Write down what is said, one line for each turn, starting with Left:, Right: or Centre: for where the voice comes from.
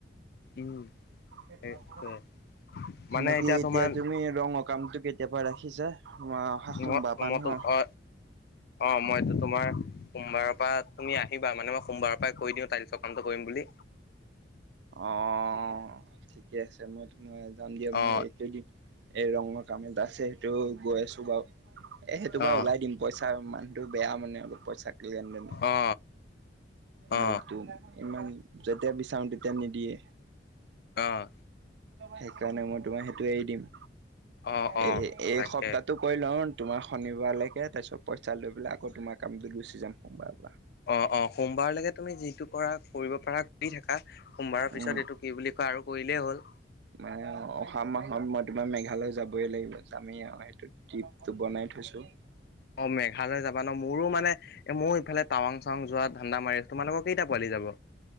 Left: উম
Right: এ গৰ
Left: সেইটোৱে
Right: <unintelligible>
Left: মানে
Right: বাকী এতিয়া
Left: তোমাৰ
Right: তুমি ৰঙৰ কামটো কেতিয়া পা ৰাখিছা সোমবাৰ
Left: মই
Right: পৰা
Left: মই তো
Right: ন?
Left: অ অ মইটো তোমাৰ সোমবাৰৰ পৰা তুমি আহিবা মানে মই সোমবাৰৰ পৰাই কৈ দিওঁ তাইলচৰ কামটো কৰিম বুলি
Right: অ', ঠিকে আছে মই তোমাৰ যাম দিয়া মই
Left: অ
Right: এইেইদম <unintelligible> এই ৰঙৰ কামিলা আছে সেইটো গৈ আছো বাৰু এ সেইটো বা
Left: অ
Right: ওলাই দিম পইচা মানটো এয়া মানে পইচা লেন দেনৰ
Left: অ অ
Right: মালটো ইমান যেতিয়া বিচাৰো তেতিয়া নিদিয়ে
Left: আহ
Right: সেইকাৰণে মই তোমাক সেইটো এৰি দিম
Left: অ অ
Right: এ এই
Left: তাকে
Right: সপ্তাহটো কৰি লওঁ তোমাৰ শনিবাৰলৈকে তাৰপিছত পইচা লৈ পেলাই আকৌ তোমাৰ কামটোত গুচি যাম সোমবাৰ
Left: অ', অ', সোমবাৰলৈকে তুমি যিটো কৰা কৰিব পাৰা কৰি থাকা সোমবাৰৰ
Right: উম।
Left: পিছত এইটো কি বুলি ক আৰু কৰিলেই হ'ল
Right: মে অ অহা মাহত মই তোমাৰ মেঘালয় যাবই লাগিব যামি আৰু সেইটো ট্ৰিপটো বনাই থৈছোঁ।
Left: অ' মেঘালয় যাবা ন মোৰো মানে এ মোৰ ইফালে টাৱাং চাৱং যোৱা ধান্দা মাৰি আছো, তোমালোকৰ কেইটা পোৱালি যাব?